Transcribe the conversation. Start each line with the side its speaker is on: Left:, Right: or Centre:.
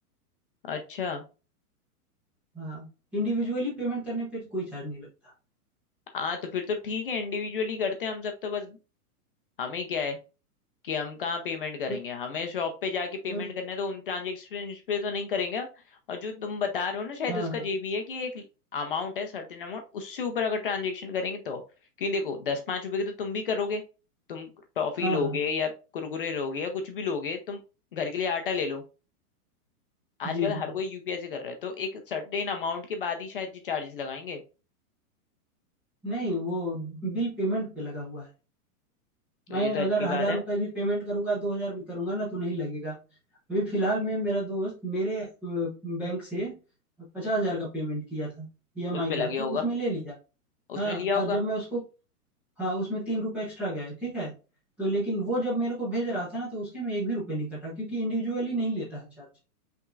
Left: अच्छा
Centre: हाँ इंडिविजुअली पेमेंट करने पे कोई चार्ज नहीं लगता
Left: हाँ तो फिर तो ठीक है इंडिविजुअली करते हैं हम सब तो बस हमें क्या है कि हम कहाँ पेमेंट करेंगे
Centre: और,
Left: हमें शॉप पे जाके पेमेंट
Centre: और
Left: करना है तो उन ट्रांजेक्शन पे तो नहीं करेंगे और जो तुम बता रहे हो ना शायद
Centre: हाँ
Left: उसका
Centre: हाँ
Left: ये भी है कि एक अमाउंट है सर्टेन अमाउंट उससे ऊपर अगर ट्रांजेक्शन करेंगे तो क्योंकि देखो दस पाँच रुपए की तो तुम भी करोगे तुम टॉफी
Centre: हाँ
Left: लोगे
Centre: हाँ
Left: या कुरकुरे लोगे या कुछ भी लोगे तुम घर के लिए आटा ले लो आजकल
Centre: जी जी
Left: हर कोई यूपीआई से कर रहा है तो एक सर्टेन अमाउंट के बाद ही शायद ये चार्जेस लगाएंगे
Centre: नहीं वो बिल पेमेंट पे लगा हुआ है
Left: तो
Centre: मैं
Left: ये तो
Centre: अगर
Left: अच्छी
Centre: हजार
Left: बात है
Centre: रुपये भी पेमेंट करूंगा दो हजार भी करूंगा ना तो नहीं लगेगा अभी फिलहाल में मेरा दोस्त मेरे बैंक से पचास हजार का पेमेंट किया था ईएमआई
Left: उस पे
Centre: का
Left: लगे
Centre: तो
Left: होगा
Centre: उसमें ले लिया
Left: उसमें
Centre: हाँ
Left: लिया
Centre: और
Left: होगा
Centre: जब मैं उसको हाँ उसमें तीन रुपये एक्स्ट्रा गए ठीक है तो लेकिन वो जब मेरे को भेज रहा था ना तो उसके में एक भी रुपये नहीं कटा क्योंकि इंडिविजुअली नहीं लेता है चार्ज